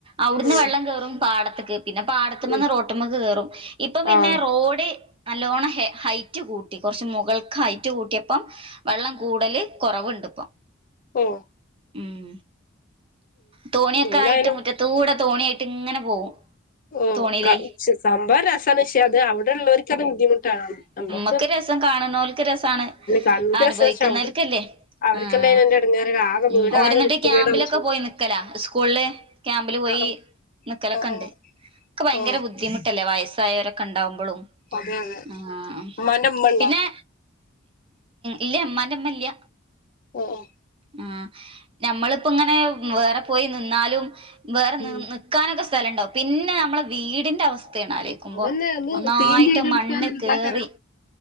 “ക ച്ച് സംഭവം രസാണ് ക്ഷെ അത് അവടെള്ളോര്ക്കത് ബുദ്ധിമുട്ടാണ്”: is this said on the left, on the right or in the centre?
Left